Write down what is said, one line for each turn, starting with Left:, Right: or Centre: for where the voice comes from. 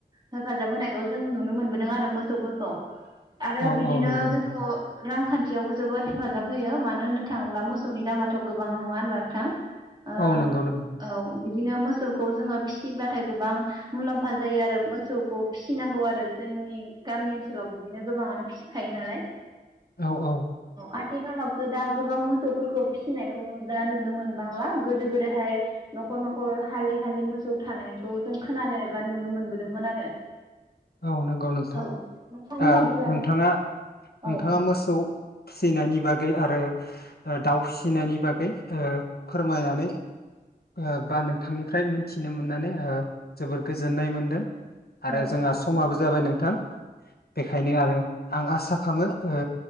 Right: हेफाजाब होनायखौ जों नुनो मोनबोदों आरो मोसौफोरखौ आरो
Left: औ
Right: बिदिनो
Left: औ नंगौ
Right: जोंखौ
Left: नोंथां
Right: रांखान न्थियावबो जोबोद हेफाजाब होयो मानो होननो थाङोब्ला मोसौनि दामाथ गोबां नङा होनबा नोंथां ओ
Left: औ नंगौ नंगौ
Right: औ बिदिनो मोसौखौ जोङो फिसिबाथाय गोबां मुलाम्फा जायो आरो मोसौखौ फिसिनांगौ आरो जोंनि गामि ओनसोलाव बिदिनो गोबाङानो फिसिखायो नालाय
Left: औ औ
Right: आथिखालावसो दा गोबां मोसौफोरखौ फिसिनायखौ दा नुनो मोनबांलां गोदो गोदायहाय नखर नखर हालि हालि मोसौ थानायखौ जों खोनानो एबा नुनो मोनबोदोंमोन आरो
Left: औ नंगौ नोंथां
Right: औ नोंथांनि
Left: ओ
Right: बादिब्ला
Left: नोंथाङा
Right: औ
Left: नोंथाङा मोसौ फिसिनायनि बागै आरो ओ दाउ फिसिनायनि बागै ओ फोरमायनानै ओ बा नों थांनिफ्राय मोनथिनो मोननानै ओ जोबद गोजोननाय मोनदों आरो
Right: औ नोंथां
Left: जोंहा समाबो जाबाय नोंथां बेखायनो आरो आं आसा खामो ऐ